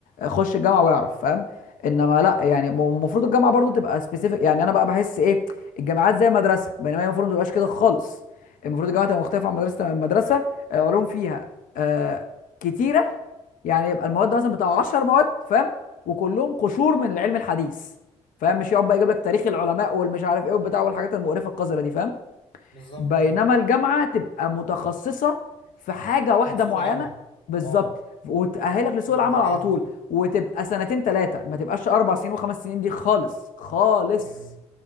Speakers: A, on the left; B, on the left.
A: خش الجامعه واعرف فاهم انما لا يعني م- المفروض الجامعه برضو تبقى سبيسيفيك يعني انا بقى بحس ايه الجامعات زي المدرسه بينما هي المفروض ما تبقاش كده خالص المفروض الجامعه تبقى مختلفه عن مدرسه عن مدرسه العلوم فيها آه كتيره يعني يبقى المواد مثلا بتاع 10 مواد فاهم وكلهم قشور من العلم الحديث فاهم مش يقعد بقى يجيب لك تاريخ العلماء والمش عارف ايه والبتاع والحاجات المقرفه القذره دي فاهم
B: بالظبط
A: بينما
B: اه
A: الجامعة تبقى متخصصة في حاجة واحدة
B: سوق
A: معينة
B: العمل
A: بالظبط
B: اه
A: وتأهلك
B: وتبدا
A: لسوق العمل
B: تجهز
A: على طول
B: وش-
A: وتبقى سنتين ثلاثة ما تبقاش أربع سنين وخمس سنين دي خالص خالص
B: مم.